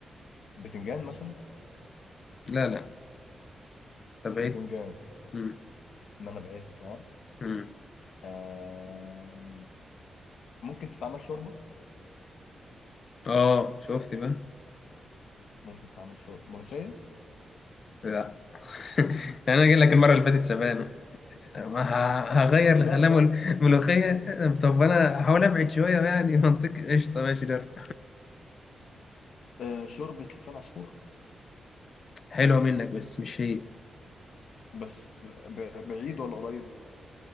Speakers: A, on the left (about 75°); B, on the left (about 50°).
A: بتنجان مثلا
B: لا لا تبعت
A: مش بتنجان
B: مم.
A: ما انا بعدت ها
B: مم.
A: آه ممكن تتعمل شوربة
B: اه شفت بقى
A: ممكن تتعمل شوربة ملوخية
B: لا <laughs> انا جاي لك المره اللي فاتت سبانه ما ه- هغير
A: اجرب
B: الغلاء مل- ملوخيه طب انا هحاول ابعد شويه يعني منطقي قشطه ماشي ده
A: آه شوربة لسان عصفور
B: <laughs> حلوه منك بس مش هي
A: بس ب- بعيد ولا قريب